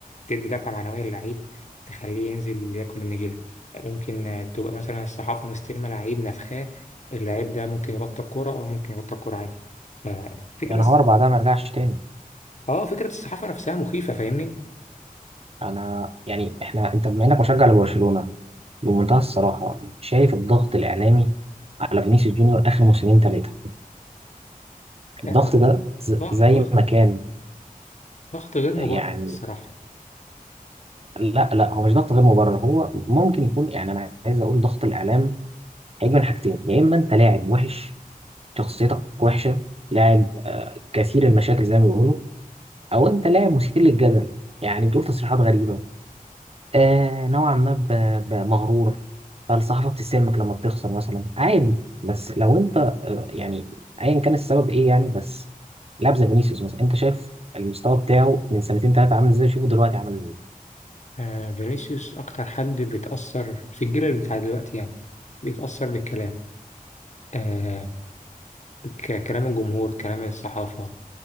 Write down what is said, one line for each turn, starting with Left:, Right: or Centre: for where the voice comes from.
Left: تدي دفعة معنوية للعيب تخليه ينزل ياكل النجيلة ممكن آه، تبقى مثلا الصحافة مستلمة لعيب نفخاه اللعيب ده ممكن يبطل كورة أو ممكن يبطل كورة عادي ففكرة
Right: يا نهار بعدها ما رجعش تاني
Left: اه فكرة الصحافة نفسها مخيفة فاهمني
Right: انا يعني احنا انت بما انك مشجع لبرشلونه بمنتهى الصراحه شايف الضغط الاعلامي على فينيسيوس جونيور اخر موسمين ثلاثه الضغط
Left: آه،
Right: ده ز-
Left: ضغط
Right: زي
Left: ضغط
Right: ما كان
Left: ضغط غير مبرر
Right: يعني
Left: الصراحة
Right: لا لا هو مش ضغط غير مبرر هو ممكن يكون يعني انا عايز اقول ضغط الاعلام هيجي من حاجتين يا اما انت لاعب وحش شخصيتك وحشه لاعب آه، كثير المشاكل زي ما بيقولوا او انت لاعب مثير للجدل يعني بتقول تصريحات غريبه آه نوعا ما ب- ب- مغرور فالصحافة بتستلمك لما بتخسر مثلا عادي بس لو انت آه يعني ايا كان السبب ايه يعني بس لاعب زي فينيسيوس مثلا انت شايف المستوى بتاعه من سنتين ثلاثة عامل ازاي شوفه دلوقتي عامل ازاي
Left: آه، فينيسيوس أكتر حد بيتأثر في الجيل بتاع دلوقتي يعني بيتأثر بالكلام آه ك- كلام الجمهور كلام الصحافة